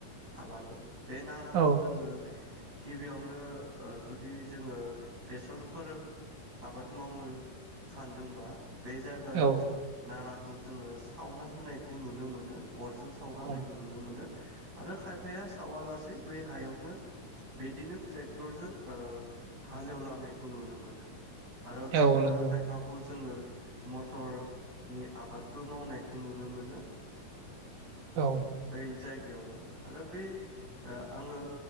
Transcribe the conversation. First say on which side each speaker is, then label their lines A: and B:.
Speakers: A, on the right; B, on the right.
A: थालाङो। बे नाराखौ
B: औ
A: जोङो गिबियावनो ओ जुदि जोङो बेसरफोर आबाद मावनो सानदोंबा बे जायगायाव
B: औ
A: नारा जोङो सावना होनायखौ नुनो मोन अरजों सावना
B: औ
A: होनाय नुनो मोनो आरो खायफा फाया सावालासे बै हायावनो बिदिनो ट्रेक्टरजों ओ हाल एवलानायखौ नुनो मोनो। आरो खायफा
B: औ नंगौ
A: खायफाखौ जोङो मटर नि आबादबो मावनायखौ नुनो मोनो।
B: औ
A: बै जायगायावनो आरो बे आङो